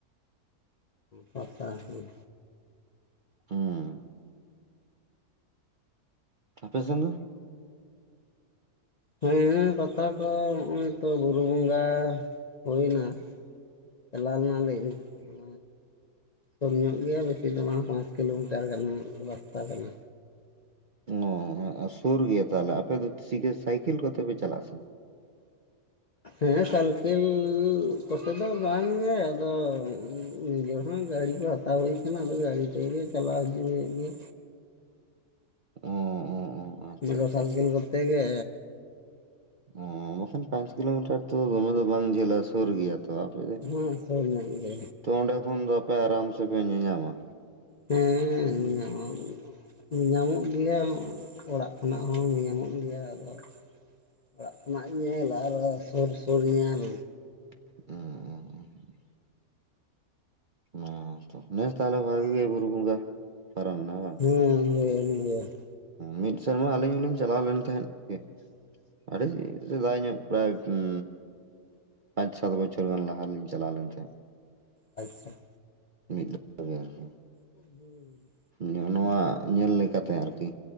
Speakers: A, on the left; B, on the right.
A: ᱯᱟᱛᱟ ᱦᱩᱸ
B: ᱩᱸ ᱟᱯᱮ ᱥᱮᱱ ᱫᱚ?
A: ᱦᱮᱸ ᱯᱟᱛᱟ ᱠᱚ ᱱᱚᱜᱼᱚᱭ ᱛᱚ ᱵᱩᱨᱩ ᱵᱚᱸᱜᱟ ᱦᱩᱭ ᱱᱟ᱾ ᱪᱟᱞᱟᱣ ᱞᱮᱱᱟᱞᱤᱧ, ᱦᱮᱸ ᱠᱚᱢ ᱧᱚᱜ ᱜᱮᱭᱟ ᱵᱮᱥᱤ ᱫᱚ ᱵᱟᱝ ᱯᱟᱸᱪ ᱠᱤᱞᱳᱢᱤᱴᱟᱨ ᱜᱟᱱ ᱨᱟᱥᱛᱟ ᱠᱟᱱᱟ᱾
B: ᱚ ᱚᱸ ᱚᱸ ᱥᱩᱨ ᱜᱮᱭᱟ ᱛᱟᱦᱚᱞᱮ ᱟᱯᱮ ᱫᱚ ᱪᱤᱠᱟᱹ ᱥᱟᱭᱠᱮᱞ ᱠᱚᱛᱮ ᱯᱮ ᱪᱟᱞᱟᱜᱼᱟ ᱥᱮ?
A: ᱦᱮᱸ ᱥᱟᱞᱠᱮᱞ ᱠᱚᱛᱮ ᱫᱚ ᱵᱟᱝ ᱜᱮ ᱟᱫᱚ ᱱᱤᱡᱮ ᱦᱚᱸ ᱜᱟᱹᱲᱤ ᱜᱷᱚᱲᱟ᱾ ᱦᱟᱛᱟᱣ ᱦᱩᱭ ᱠᱟᱱᱟ ᱟᱫᱚ ᱜᱟᱹᱲᱤ ᱛᱮᱜᱮ ᱪᱟᱞᱟᱣ ᱦᱤᱡᱩᱜ ᱦᱩᱭᱩᱜ ᱜᱮᱭᱟ᱾
B: ᱚ ᱚ ᱚ ᱟᱪᱪᱷᱟ
A: ᱢᱚᱴᱚᱨ
B: ᱟᱪᱪᱷᱟ
A: ᱥᱟᱞᱠᱮᱞ
B: ᱟᱪᱪᱷᱟ
A: ᱠᱚᱛᱮ ᱜᱮ᱾
B: ᱚᱸᱻ ᱵᱟᱠᱷᱟᱱ ᱯᱟᱸᱪ ᱠᱤᱞᱳᱢᱤᱴᱟᱨ ᱛᱚ ᱫᱚᱢᱮ ᱫᱚ ᱵᱟᱝ ᱡᱷᱟᱹᱞᱟ ᱥᱩᱨ ᱜᱮᱭᱟ᱾ ᱛᱚ ᱟᱯᱮ
A: ᱦᱮᱸ ᱥᱩᱨ ᱧᱚᱜ ᱜᱮ
B: ᱚᱸᱰᱮ ᱠᱷᱚᱱ ᱫᱚ ᱟᱯᱮ ᱟᱨᱟᱢ ᱥᱮ ᱯᱮ ᱧᱮᱧᱟᱢᱟ᱾
A: ᱦᱮᱸᱻ
B: ᱦᱩᱸ
A: ᱧᱟᱢᱟᱢᱟ᱾ ᱩᱸ ᱧᱟᱢᱚᱜ ᱜᱮᱭᱟ ᱚᱲᱟᱜ ᱠᱷᱚᱱᱟᱜ ᱦᱚᱸ ᱧᱟᱢᱚᱜ ᱜᱮᱭᱟ, ᱟᱫᱚ ᱚᱲᱟᱜ ᱠᱷᱚᱱᱟᱜ ᱧᱮᱞᱟ ᱟᱨ ᱥᱩᱨ ᱥᱩᱨ ᱧᱮᱞ
B: ᱚᱸᱻ ᱚᱸ ᱛᱷᱚ ᱵᱮᱥ ᱛᱟᱦᱞᱮ ᱵᱷᱟᱹᱜᱤ ᱜᱮ ᱵᱩᱨᱩ ᱵᱚᱸᱜᱟ ᱯᱟᱨᱚᱢ ᱮᱱᱟ ᱵᱟᱝ?
A: ᱦᱮᱸ ᱦᱮᱸ <unintelligible>
B: ᱢᱤᱫ ᱥᱮᱨᱢᱟ ᱟᱹᱞᱤᱧ ᱦᱚᱞᱤᱧ ᱪᱟᱞᱟᱣ ᱞᱮᱱ ᱛᱟᱦᱮᱸᱫ᱾ ᱜᱮ ᱟᱹᱰᱤ ᱥᱮᱫᱟᱭ ᱧᱚᱜ ᱯᱨᱟᱭ ᱩᱸᱻ ᱯᱟᱸᱪ ᱪᱷᱚ ᱵᱚᱪᱷᱚᱨ ᱜᱟᱱ ᱞᱟᱦᱟ ᱨᱮᱞᱤᱧ ᱪᱟᱞᱟᱣ ᱞᱮᱱ ᱛᱟᱦᱮᱸᱫ᱾
A: ᱟᱪᱷᱟ
B: ᱢᱤᱫ ᱫᱚ ᱛᱚᱵᱮ ᱟᱨᱠᱤ᱾
A: ᱦᱩᱸ
B: ᱱᱚᱼᱱᱚᱣᱟ ᱧᱮᱞ ᱞᱮᱠᱟᱛᱮ ᱟᱨᱠᱤ